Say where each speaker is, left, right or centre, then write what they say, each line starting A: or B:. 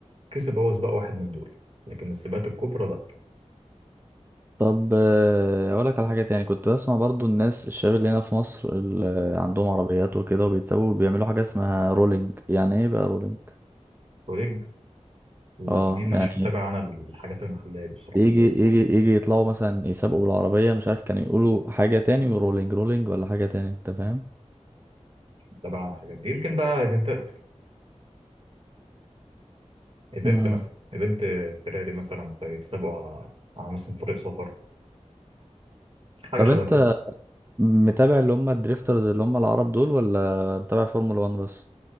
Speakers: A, on the right (about 50°); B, on the right (about 20°).
A: كسب هو سباق واحد من دول لكن السباقات الكبرى لا
B: طب آه، اقول لك على حاجه تاني كنت بسمع برضو الناس الشباب اللي هنا في مصر اللي عندهم عربيات وكده وبيتسابوا بيعملوا حاجه اسمها رولينج يعني ايه بقى رولينج
A: بولينج لا
B: اه
A: دي مش
B: يعني
A: متابع أنا الحاجات المحلية دي بصراحة
B: يجي يجي يجي يطلعوا مثلا يسابقوا بالعربيه مش عارف كانوا يقولوا حاجه تاني ورولينج رولينج ولا حاجه تاني انت فاهم
A: متابع أنا الحاجات دي يمكن بقى إيفنتات إيفنت
B: امم
A: مثلا إيفنت فيراري مثلا فيتسابقوا على على مثلا طريق سفر حاجة
B: طب
A: شبه
B: انت
A: كده
B: متابع اللي هم الدريفترز اللي هم العرب دول ولا متابع فورمولا 1 بس